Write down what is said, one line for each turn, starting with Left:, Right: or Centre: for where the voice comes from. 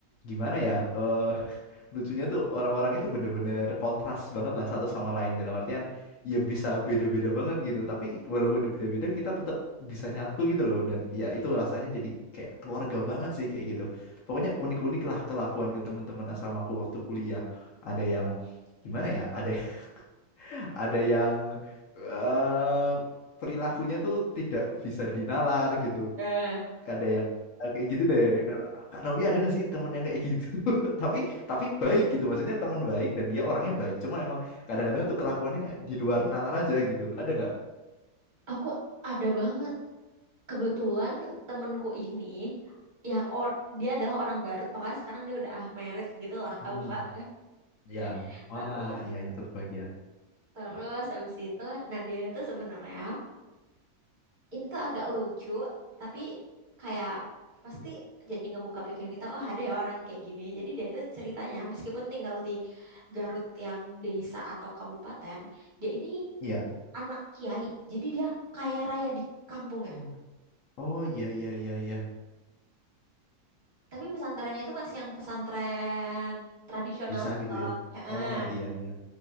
Left: gimana ya? Eh lucunya tuh orang-orang itu bener-bener kontras banget lah satu sama lain dalam artian ya bisa beda-beda banget gitu tapi walaupun beda-beda kita tetap bisa nyatu gitu loh dan ya itu rasanya jadi kayak keluarga banget sih kayak gitu pokoknya unik-unik lah kelakuannya teman-teman asramaku waktu kuliah ada yang gimana ya ada <laughs> ada yang eh perilakunya tuh tidak bisa dinalar gitu
Right: eh,
Left: ada yang eh, kayak gitu deh Kak Novi ada nggak sih temen yang kayak gitu <laughs> tapi tapi baik gitu maksudnya temen baik dan dia orangnya baik cuma emang kadang-kadang tuh kelakuannya di luar nalar aja gitu ada nggak
Right: aku ada banget. Kebetulan temenku ini yang or dia adalah orang Garut, pokoknya sekarang dia udah ah merit gitu lah,
Left: Hmm,
Right: aku pak
Left: ya.
Right: <laughs>
Left: Wah,
Right: Terus
Left: iya iya turut bahagia.
Right: terus habis itu nah dia itu sebenarnya ini tuh agak lucu, tapi kayak pasti jadi ngebuka pikiran kita, oh ada ya orang kayak gini. Jadi dia itu ceritanya meskipun tinggal di Garut yang desa atau kabupaten, dia ini
Left: iya
Right: anak kiai. Jadi dia kaya raya di kampung
Left: Oh, oh iya iya iya iya.
Right: Tapi pesantrennya itu masih yang pesantren tradisional
Left: Desa
Right: gitu
Left: gitu
Right: loh.
Left: ya.
Right: Heeh.
Left: Oh iya iya.